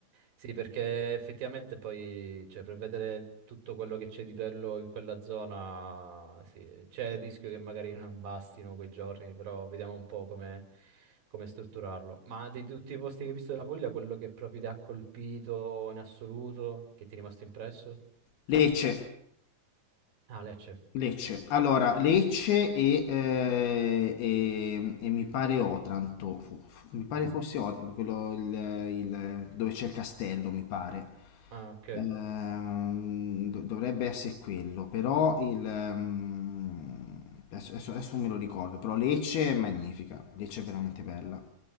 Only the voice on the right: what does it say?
Sì, perché effettivamente poi, cioè, per vedere tutto quello che c'è di bello in quella zona, sì, c'è il rischio che magari non bastino quei giorni, però vediamo un po' come, come strutturarlo. Ma di tutti i posti che hai visto della Puglia, quello che proprio ti ha colpito in assoluto, che ti è rimasto impresso?
Ah, Lecce.
Mm.
Ah, ok.